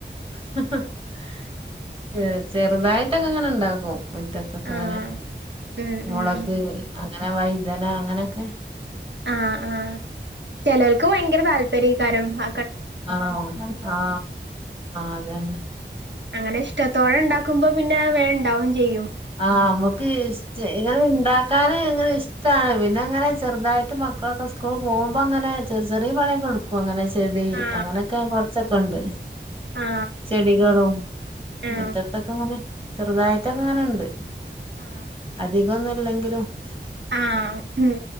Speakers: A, on the right; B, on the right.
A: <unintelligible> <unintelligible> ചെറുതായിട്ടൊക്കെ അങ്ങനെ ഉണ്ടാക്കും മുറ്റത്തൊക്കെങ്ങനെ
B: ആ ഉം
A: മുളക്
B: ഉം
A: ങ്ങനെ വൈദന അങ്ങനെക്കെ
B: ആ ആ ചെലോൽക്ക് ഭയങ്കര താല്പര്യ രം ഹ
A: ആആആ അതന്നെ
B: അങ്ങനെ ഇഷ്ടത്തോടെ ഉണ്ടാക്കുമ്പോ പിന്നെ വേണ്ട- ഡൗൺ ചെയ്യൂ
A: ആ നമ്മുക്ക് ഇങ്ങെനെ ഇണ്ടാക്കാന് ഭയങ്കര ഇഷ്ടമാണ് പിന്നെ അങ്ങനെ ചെറുതായിട്ട് മക്കളൊക്കെ സ്കൂൾ പോകുമ്പോ അങ്ങനെ ചെറിയ പണിയൊക്കെടുക്കും അങ്ങനെ ചെടി
B: ആ
A: അങ്ങനെയൊക്കെ കൊറച്ചൊക്കെ ഉണ്ട്.
B: ആ ആ
A: ചെടികളും
B: ആ
A: മുറ്റത്തൊക്കെ അങ്ങനെ ചെറുതായിട്ടൊക്കെ
B: ആ
A: അങ്ങനെണ്ട്.
B: ആ ആ
A: അധികൊന്നുംല്ലെങ്കിൽ! ഉ
B: ആ ഉം